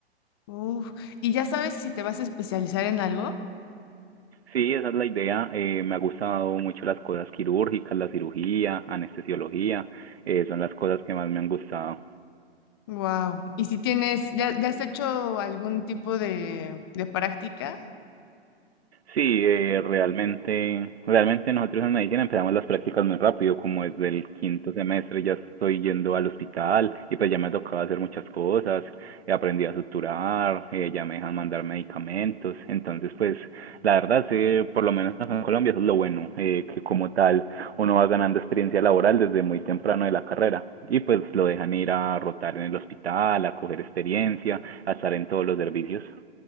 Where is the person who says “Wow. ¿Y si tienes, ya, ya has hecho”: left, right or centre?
Left